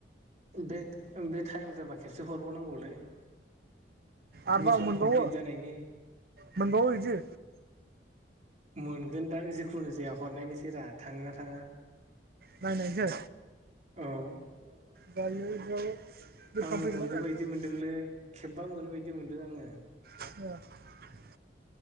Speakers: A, on the right; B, on the right.
A: बे-बे टाइम जाबा खेबसे हरबावनांगौलै
B: आरोबाव
A: मिसन
B: मोनबावो
A: कमप्लिट जानायनि
B: मोनबावो बिदि
A: मोनगोनदां जिखुनु जाया हरनोसै रा थाङो ना थाङा
B: नायनायजों
A: औ
B: दायो बेयाव गोसोखां
A: आङो
B: फैगोना
A: मोनो
B: फैयाखै
A: बायदि मोनदोंलै खेबबा मोनो बायदि मोनदों आङो
B: <unintelligible>